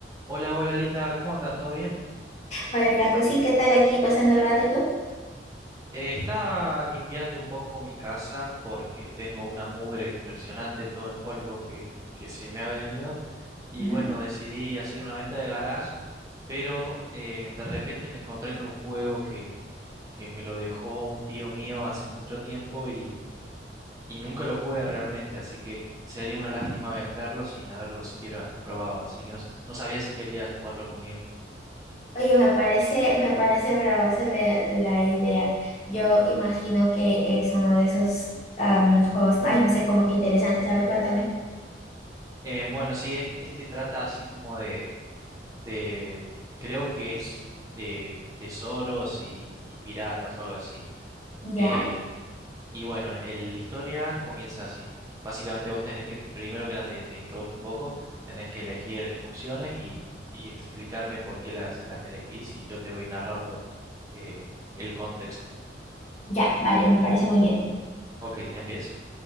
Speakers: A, on the right; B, on the left.
A: Hola, hola Linda, ¿cómo andas? ¿Todo bien?
B: Hola Franco, sí, ¿qué tal aquí pasando el rato tú?
A: Eh, estaba limpiando un poco mi casa porque tengo una mugre impresionante, todo el polvo que, que se me ha venido. Y
B: Ujú.
A: bueno, decidí hacer una venta de garage, pero eh, de repente me encontré con un juego que, que me lo dejó un tío mío hace mucho tiempo y, y nunca lo jugué realmente, así que sería una lástima venderlo sin haberlo siquiera probado, así que no, s- no sabía si querías jugarlo conmigo.
B: Oye, me parece, me parece brava hacerle la idea. Yo imagino que es uno de esos am, juegos, ay, no sé, como que interesantes. A ver, cuéntame.
A: Eh, bueno, sí, es, este trata así como de de, creo que es de tesoros y, y piratas o algo así.
B: Ya,
A: Eh, y bueno, el- la historia comienza así. Básicamente vos tenés que, primero que nada, te, te introduzco un poco, tenés que elegir opciones y, y explicarme por qué las, las elegís y yo te voy narrando eh, el contexto.
B: ya, vale, me parece muy bien.
A: Ok, empiezo.